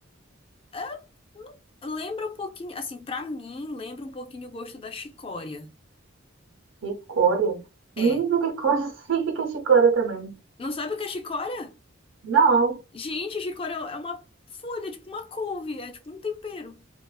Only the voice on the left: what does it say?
É, Lembra um pouquinho, assim, pra mim, lembra um pouquinho o gosto da chicória.
É.
Não sabe o que é chicória?
Gente, chicória é uma folha, é tipo uma couve, é tipo um tempero.